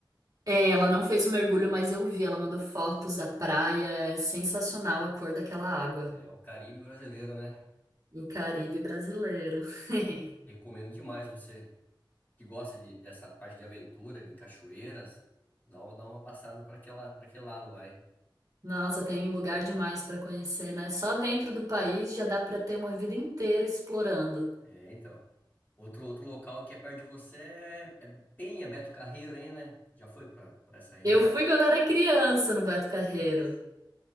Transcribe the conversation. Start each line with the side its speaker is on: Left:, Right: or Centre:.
Right: É, Ela não fez o mergulho, mas eu vi, ela mandou fotos da praia, é sensacional a cor daquela água
Left: É o Caribe brasileiro, né?
Right: do Caribe brasileiro. <laughs>
Left: Recomendo demais você que gosta de- dessa parte de aventura, de cachoeiras, dá, uma- dá uma passada para aquela, para aquele lado lá, hein?
Right: Nossa, tem lugar demais para conhecer, né? Só dentro do país já dá para ter uma vida inteira explorando.
Left: É, então. Outro, outro local que é perto de você é, é Penha, Beto Carreiro, hein, né? Já foi pra pra essa região?
Right: Eu fui quando era criança no Beto Carreiro.
Left: Umas